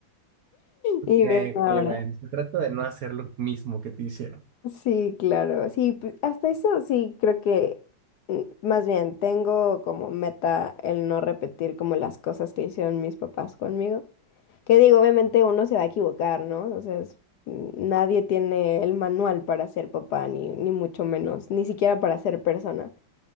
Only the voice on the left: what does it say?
Y, y
ven ahora.
Sí, claro. Sí, p- hasta eso sí creo que, mm, más bien, tengo como meta el no repetir como las cosas que hicieron mis papás conmigo. Que digo, obviamente uno se va a equivocar, ¿no? O sea, es- mm, nadie tiene el manual para ser papá, ni, ni mucho menos, ni siquiera para ser persona.